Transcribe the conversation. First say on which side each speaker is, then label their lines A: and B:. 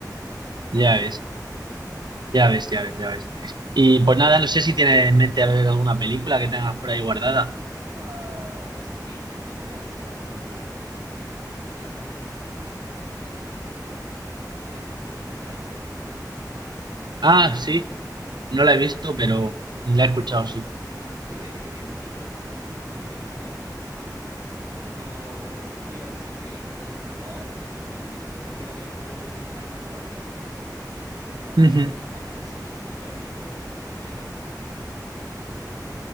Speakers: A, on the right; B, on the right.
A: Ya ves, ya ves, ya ves, ya ves. Y pues nada, no sé si tienes en mente a ver alguna película que tengas por ahí guardada.
B: Ah, sí, te- tengo una, tengo una guardada. Este se llama este, no sé si la has visto. Es Oppenheimer.
A: Ah, sí, no
B: Y
A: la he visto, pero la he escuchado, sí.
B: ah, e- e- e- esa quiero ver yo también, no, no, no la he visto. Cuando fui al cine, cuando se estrenó, este, fui con mi esposa y era a ver o Oppenheimer o Barbie, ¿no? Y pues ella decidió Barbie,
A: Ujú,
B: <laughs> así que pues ahora quiero ver Oppenheimer yo ahorita que está disponible.